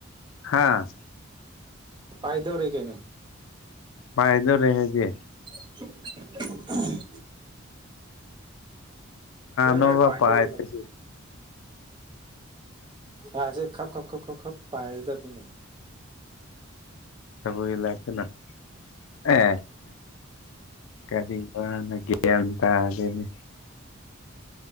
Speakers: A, on the left; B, on the right.
A: ꯍꯥꯥ
B: ꯄꯥꯏꯗꯧꯔꯦ ꯀꯩꯅꯣ
A: ꯐꯥꯏꯗꯣ ꯔꯦꯁꯦ
B: <inaudible> ꯀꯨꯏꯔꯔꯣꯏ
A: ꯅꯣ ꯄꯥꯄ
B: ꯄꯥꯏꯗꯧꯔꯦ
A: ꯍꯥꯏꯁꯤ
B: ꯀꯩꯅꯣ ꯍꯁꯦ ꯈꯞ ꯈꯞ ꯈ ꯈꯞ ꯈꯞ ꯄꯥꯏꯔꯗ ꯀꯅ
A: ꯆꯕꯨ ꯏꯂꯁꯦꯅ ꯑꯦ ꯀꯔꯤꯒꯒꯦꯇ ꯑꯗꯨꯗꯦꯅꯦ